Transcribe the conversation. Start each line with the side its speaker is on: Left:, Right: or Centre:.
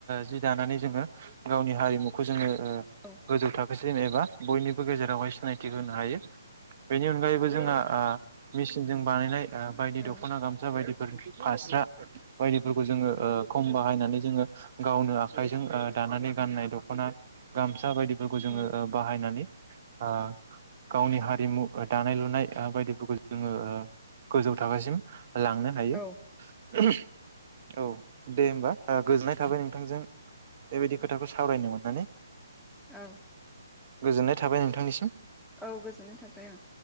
Right: जि दानानै जोङो गावनि हारिमुखौ जोङो ओ
Centre: औ
Right: गोजौ थाख एसे एनै एबा बयनिबो गेजेरावहाय सिनायथि होनो हायो। बेनि अनगायैबो जोंहा
Centre: औ
Right: आ मेसिनजों बानायनाय ओ बायदि
Centre: औ
Right: दखना गामसा बायदि फोर फास्रा बायदिफोरखौ जोङो ओ क बायनानै जोङो गावनो आखाइजों ओ दानानै गाननाय दखना गामसा सा बायदिफोरखौ
Centre: उम
Right: जोङो ओ बाहायनानै आ गावनि हारिमु दानाय लुनाय बायदिफोरखौ जोङो ओ गोजौ थाखोसिम लांनो हायो।
Centre: औ
Right: ओहोम। औ दे होमबा। ओ गोजोननाय थाबाय नोंथांजों बेबायदि खोथाखौ सावरायनो मोन नानै।
Centre: ओं।
Right: गोजोननाय थाबाय नोंथांनिसिम
Centre: औ गोजोननाय थाबाय ओं